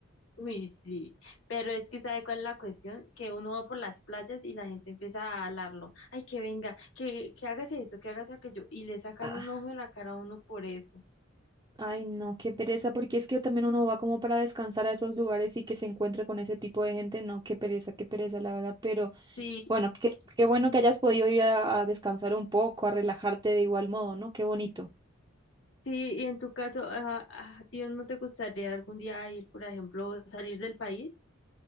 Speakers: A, on the left; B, on the right.
A: Uy, sí, pero es que ¿sabe cuál es la cuestión? Que uno va por las playas y la gente empieza a hablarlo. Ay, que venga, que, que hágase eso, que hágase aquello. Y le sacan
B: Ah,
A: un ojo de la cara a uno por eso.
B: Ay, no, qué pereza, porque es que también uno va como para descansar a esos lugares y que se encuentre con ese tipo de gente. No, qué pereza, qué pereza, la verdad. Pero
A: Sí,
B: bueno, qué, qué bueno que hayas podido ir a, a descansar un poco, a relajarte de igual modo, ¿no? Qué bonito.
A: sí, y en tu caso, ajá, ¿a ti no te gustaría algún día ir, por ejemplo, salir del país?